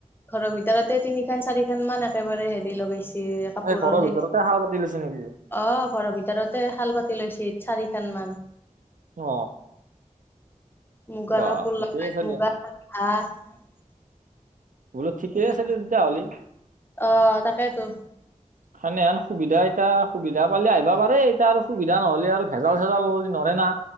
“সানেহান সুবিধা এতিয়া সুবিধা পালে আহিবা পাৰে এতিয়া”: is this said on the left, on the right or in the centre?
Right